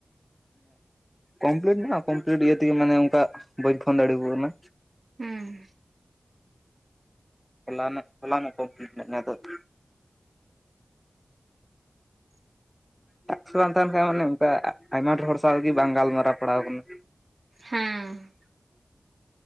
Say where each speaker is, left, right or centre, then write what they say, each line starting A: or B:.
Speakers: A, in the centre; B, on the right (about 80°).
A: ᱠᱚᱢᱯᱞᱤᱴ ᱢᱮᱱᱟᱜᱼᱟ ᱠᱚᱢᱯᱞᱤᱴ ᱤᱭᱟᱹ ᱛᱮᱜᱮ ᱢᱟᱱᱮ ᱚᱱᱠᱟ ᱵᱟᱹᱧ ᱯᱷᱳᱱ ᱫᱟᱲᱮᱭᱟᱠᱚ ᱠᱟᱱᱟ᱾
B: ᱦᱮᱸ
A: ᱦᱚᱞᱟᱱᱚᱜ ᱦᱚᱞᱟᱱᱚᱜ ᱠᱚᱢᱯᱞᱮᱴ ᱟᱫᱚ <inaudible>
B: <inaudible>
A: ᱴᱟᱠᱥ ᱵᱟᱝ ᱛᱟᱦᱮᱱ ᱠᱷᱟᱱ ᱢᱟᱱᱮ ᱚᱱᱠᱟ ᱟᱭᱢᱟ ᱰᱷᱮᱨ ᱦᱚᱲ ᱥᱟᱶᱜᱮ ᱵᱟᱝ ᱜᱟᱞᱢᱟᱨᱟᱣ ᱯᱟᱲᱟᱣ ᱟᱠᱟᱱᱟ
B: ᱦᱮᱸ